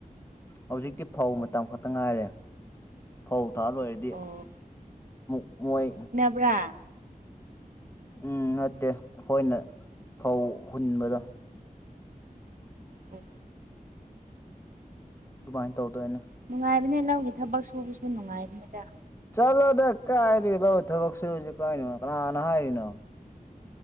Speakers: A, on the left; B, on the right.
A: ꯍꯧꯖꯤꯛꯇꯤ ꯐꯧ ꯃꯇꯝ ꯈꯛꯇ ꯉꯥꯏꯔꯦ ꯐꯧ ꯊꯥꯕ ꯂꯣꯏꯔꯗꯤ
B: ꯑꯣ
A: ꯃꯨꯛ ꯃꯣꯏ
B: ꯕ꯭ꯔꯥ
A: ꯎꯝ ꯅꯠꯇꯦ ꯑꯈꯣꯏꯅ ꯐꯧ ꯍꯨꯟꯕꯗꯣ
B: ꯑꯣ
A: ꯑꯗꯨꯃꯥꯏꯅ ꯇꯧꯗꯣꯏꯅ
B: ꯅꯨꯡꯉꯥꯏꯕꯅꯦ ꯂꯧꯒꯤ ꯊꯕꯛ ꯁꯨꯕꯁꯨ ꯅꯨꯡꯉꯥꯏꯕꯅꯦꯗ
A: ꯆꯂꯣꯗ ꯀꯥꯏꯗꯤ ꯂꯧ ꯊꯕꯛ ꯁꯨꯖꯤ ꯀꯥꯏꯅꯣ ꯀꯅꯥꯅ ꯍꯥꯏꯔꯤꯅꯣ